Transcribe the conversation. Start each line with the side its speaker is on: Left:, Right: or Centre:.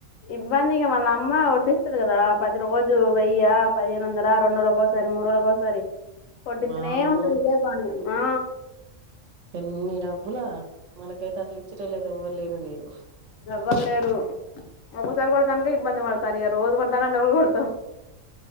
Left: ఇబ్బందికి మళ్ళ అమ్మ వడ్డిస్తుది కదా పది రోజు వెయ్య పదిహేను వందల రెండు ఒకసారి మూడు రోజులక ఒకసారి. కొట్టతనే
Right: వామ్మో
Left: ఉంట ఇదే బని ఆ
Right: ఎన్ని డబ్బులా మనకైతే అట్లు ఇచ్చట లేదు. లేన లేరు
Left: ఏవ్వలేరు ఒక్కసారి కొడడాానిక ఇబ్బంది పడతారు ఇ రోజు కొడతాలంటే ఒకళు కొడతాం.